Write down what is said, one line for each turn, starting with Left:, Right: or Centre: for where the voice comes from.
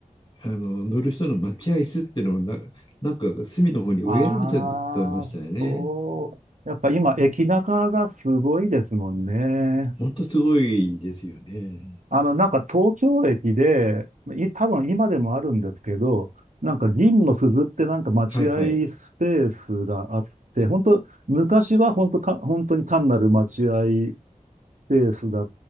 Left: あの乗る人の待合室っていうのをななんか隅の方に植えられてたましたよね。
Right: ああ、そう。やっぱ今、駅中がすごいですもんね。
Left: 本当すごいですよね。
Right: あの、なんか東京駅で、い、多分今でもあるんですけど、なんか銀の鈴ってなんか待合スペースがあって、
Left: はいはい。
Right: 本当昔は本当た、本当に単なる待合スペースだ。い